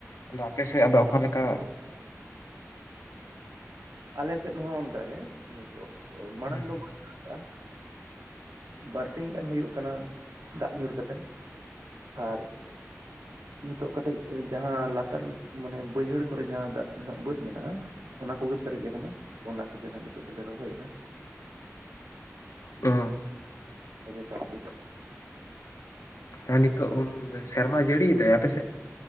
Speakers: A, on the left (about 85°); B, on the right (about 85°).
A: ᱟᱫᱚ ᱟᱯᱮᱥᱮᱜ ᱟᱫᱚ ᱚᱠᱟ ᱞᱮᱠᱟ?
B: ᱟᱞᱮ ᱥᱮᱫ ᱦᱚᱸ ᱚᱱᱠᱟ ᱜᱮ, ᱱᱤᱛᱚᱜ ᱢᱟᱲᱟᱝ
A: ᱦᱩᱸ
B: ᱫᱚ ᱵᱟᱝ ᱚᱱᱠᱟ ᱵᱟᱨᱥᱤᱧ ᱜᱟᱱ ᱦᱩᱭᱩᱜ ᱠᱟᱱᱟ ᱫᱟᱜ ᱧᱩᱨ ᱠᱟᱛᱮ᱾ ᱟᱨ, ᱱᱤᱛᱚᱜ ᱠᱟᱹᱴᱤᱡ ᱡᱟᱦᱟᱸ, ᱞᱟᱛᱟᱨ ᱢᱟᱱᱮ ᱵᱟᱹᱭᱦᱟᱹᱲ ᱠᱚᱨᱮ ᱡᱟᱦᱟᱸ ᱫᱟᱜ ᱨᱮᱱᱟᱜ ᱵᱟᱹᱫᱽ ᱢᱮᱱᱟᱜᱼᱟ ᱚᱱᱟ ᱠᱚᱜᱮ ᱯᱮᱨᱮᱡ ᱟᱠᱟᱱᱟ, ᱚᱱᱟ ᱠᱚᱜᱮ ᱦᱟᱸᱜ ᱱᱤᱛᱚᱜ ᱫᱚᱞᱮ ᱨᱚᱦᱚᱭᱮᱼᱟ᱾
A: ᱚ,
B: ᱠᱷ <inaudible>
A: ᱦᱮ ᱱᱤᱛᱚᱜ ᱦᱚᱸ ᱥᱮᱨᱢᱟ ᱡᱟᱹᱲᱤᱭᱮᱫᱟᱭ ᱟᱯᱮᱥᱮᱫ?